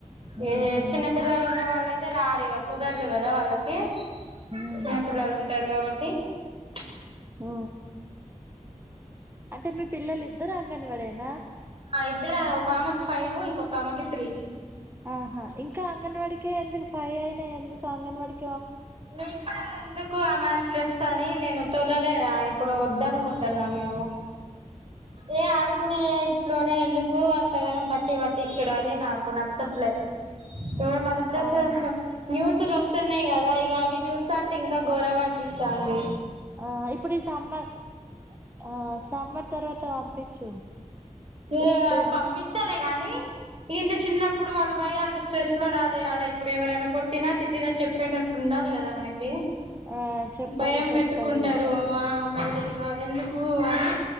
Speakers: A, on the right (about 45°); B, on the right (about 15°).
A: ఈ
B: మ్ హు
A: చిన్న పిల్లలు ఉన్న వాళ్ళైతే అయితే రారీగా కుదరదు కదా వాళ్ళకి
B: మ్
A: చిన్నపిల్లలు ఉంటారు కాబట్టి ది
B: ఆ అంటే మీ పిల్లలు ఇద్దరు అంగన్వాడేనా
A: ఆ ఇద్దరు ఒక ఆమెకి ఫైవ్ ఇంకొక ఆమకి త్రీ
B: ఆహా ఇంకా అంగన్వాడికే ఎందుకు ఫై అయినా ఎందుకు అంగన్వాడికి
A: న ఇప్పుడ ఎందుకు అమె చేస్తాని నేను తూలలేరా ఇప్పుడు వద్ద అనుకుంటున్నా మేము ఏ ఆడుకునే ఏజ్ లోనే ఎందుకు అంతగానో బట్టి పట్టించుడని నాకు నచ్చట్లే ఇ మల్ల ప్లస్
B: ఆహా
A: న్యూస్లు వస్తున్నాయి కదా ఇ ఇంకా అవి చూస్తా అంటే ఇంకా గోరమ్ అనిపిస్తంది
B: ఆ ఇప్పుడు సమ్మర్ ఆ సమ్మర్ తర్వాత పంపించు
A: <unintelligible>
B: ఎప్పుడు
A: పంపిస్తానే గానీ ఇంత చిన్నప్పుడు వాళ్ళు పోయి అంత స్ట్రెస్ పడాలిఆడ, ఇప్పుడు ఎవరైనా కొట్టినా తిట్టినా చెప్పేటట్టు ఉండాలి కదా మనకి
B: ఆ చెప్పరు
A: భయం
B: చెప్పరు
A: పెట్టుకుంటారు తెగా ఎందుకు అని